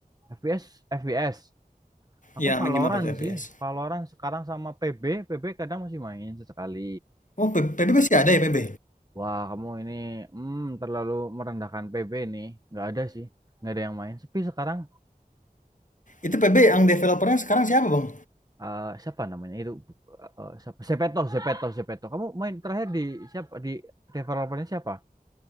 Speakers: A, on the right; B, on the left.
A: FPS FPS. Aku
B: Iya
A: Valorant
B: main game apa tuh FPS?
A: sih. Valorant sekarang sama PB, PB kadang masih main sesekali.
B: Oh P- PB masih ada ya PB?
A: Wah, kamu ini hmm, terlalu merendahkan PB nih. Nggak ada sih. Nggak ada yang main. Sepi sekarang
B: Itu PB yang developernya sekarang siapa Bang?
A: eh, siapa namanya itu eh, eh, siapa Sepeto Sepeto Sepeto kamu main terakhir di siapa di developernya siapa